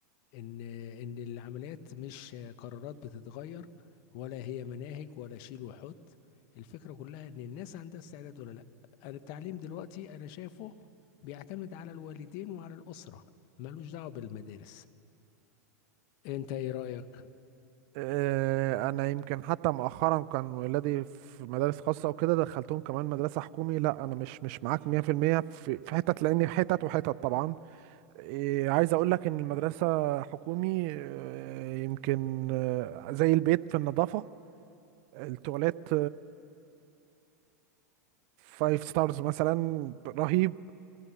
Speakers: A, on the left; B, on the right.
A: ان ان العمليات مش آه، قرارات بتتغير ولا هي مناهج ولا شيل وحط الفكره كلها ان الناس عندها استعداد ولا لا أنا التعليم دلوقتي انا شايفه بيعتمد على الوالدين وعلى الاسره ملوش دعوه بالمدارس انت ايه رايك
B: آه، أنا يمكن حتى مؤخرا كان ولادي في مدارس خاصة وكده دخلتهم كمان مدرسة حكومي لا أنا مش مش معاك 100% في المية في في حتت لأن حتت وحتت طبعا إيه، عايز اقول لك ان المدرسة حكومي آه، يمكن آه، زي البيت في النظافة التواليت 5 ستارز مثلا رهيب